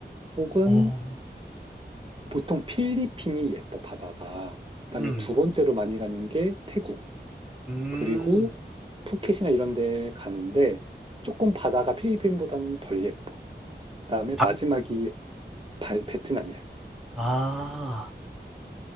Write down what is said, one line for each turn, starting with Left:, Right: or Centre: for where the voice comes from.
Right: 혹은
Centre: 오,
Right: 보통 필리핀이 예뻐, 바다가. 그다음에
Centre: 음,
Right: 두 번째로 많이 가는 게 태국.
Centre: 음,
Right: 그리고 푸켓이나 이런 데 가는데 조금 바다가 필리핀보다는 덜 예뻐. 그다음에
Centre: 방,
Right: 마지막이 발- 베트남이야.
Centre: 아,